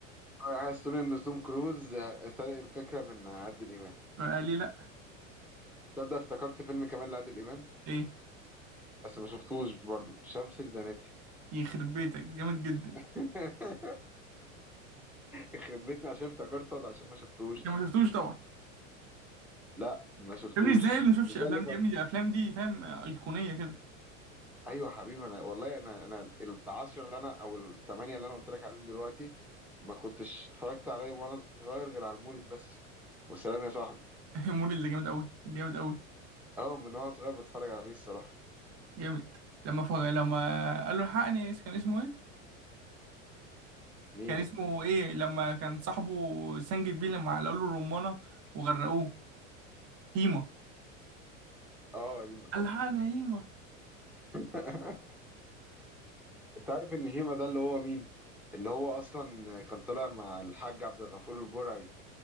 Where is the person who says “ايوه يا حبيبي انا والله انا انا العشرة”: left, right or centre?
Centre